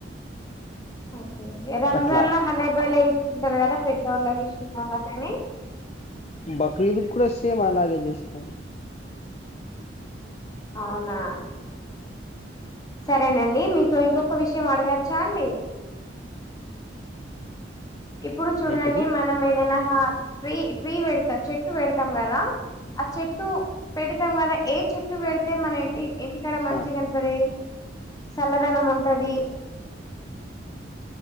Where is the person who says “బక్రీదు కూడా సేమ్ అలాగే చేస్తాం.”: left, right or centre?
Left